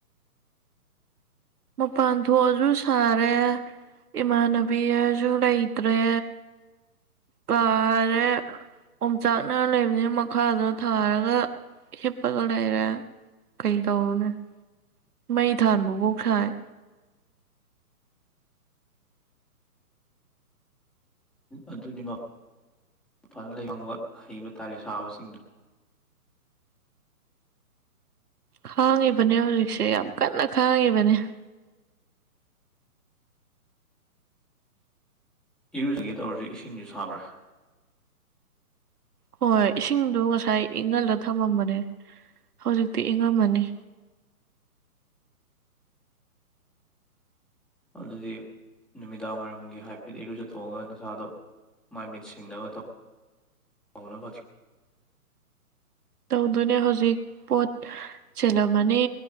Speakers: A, on the right; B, in the centre.
A: ꯃꯄꯥꯟ ꯊꯣꯛꯑꯁꯨ ꯁꯥꯔꯦ ꯏꯃꯥꯟꯅꯕꯤꯁꯨ ꯂꯩꯇ꯭ꯔꯦ ꯀꯥꯔꯦ ꯑꯣꯣꯡꯆꯥꯛꯅ ꯂꯩꯕꯅꯤ ꯃꯈꯥꯗꯣ ꯊꯥꯔꯒ ꯍꯤꯞꯄꯒ ꯂꯩꯔꯦ ꯀꯩ ꯇꯧꯔꯨꯅꯦ ꯃꯩ ꯊꯥꯟꯥꯟꯕꯕꯧ ꯊꯥꯏ
B: ꯑꯗꯨꯅꯤ ꯃꯄꯥꯗ ꯂꯩꯕ ꯍꯩꯕ ꯇꯥꯔꯦ ꯁꯥꯕꯁꯤꯡꯗꯣ
A: ꯈꯥꯡꯉꯤꯕꯅꯦ ꯍꯧꯖꯤꯛꯁꯦ ꯌꯥꯝ ꯀꯟꯅ ꯈꯥꯡꯉꯤꯕꯅꯤ
B: ꯏꯔꯨꯖꯉꯦ ꯇꯧꯔꯁꯨ ꯏꯁꯤꯡꯁꯨ ꯁꯥꯕ꯭ꯔꯥ
A: ꯍꯣꯏ ꯏꯁꯤꯡꯗꯣ ꯉꯁꯥꯏ ꯏꯪꯍꯜꯂ ꯊꯝꯃꯝꯕꯅꯦ ꯍꯧꯖꯤꯛꯇꯤ ꯏꯪꯉꯝꯃꯅꯤ
B: ꯑꯗꯨꯗꯤ ꯅꯨꯃꯤꯗꯥꯡꯋꯥꯏꯔꯝꯒꯤ ꯍꯥꯏꯐꯦꯠ ꯏꯔꯨꯖꯊꯣꯛꯑꯒ ꯅꯁꯥꯗꯣ ꯃꯥꯏ ꯃꯤꯠ ꯁꯤꯡꯅꯕ ꯇꯧ ꯇꯊ
A: ꯇꯧꯗꯣꯏꯅꯦ ꯍꯧꯖꯤꯛ ꯄꯣꯠ ꯆꯦꯜꯂꯝꯃꯅꯤ